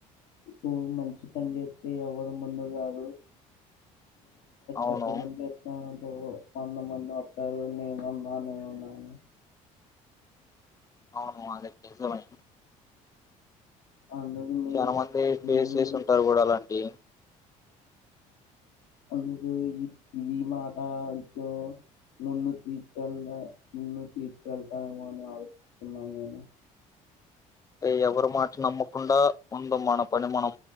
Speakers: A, on the left; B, on the left.
A: ఇప్పు మంచి పని జెతే ఎవరు ముందు రారు
B: అవును
A: పెద్ద మంది మ మ <inaudible> సారు నేనున్నా నేను ఉన్నాను
B: అవును అదే కేసమై
A: అందుకు మీరు
B: చానా మంది
A: అందుకు
B: కెస్ లెస్ ఉంటాయ్ చూడు అలాంటి
A: అందుకు ఈ ఇది మాట తో ముందు తీసుకెళ్దా ముందు తీసుకెళ్తాము అని ఆలోచస్తున్నా నేను
B: అ ఎవరి మాట నమ్మకుండా ముందు మన పని మనం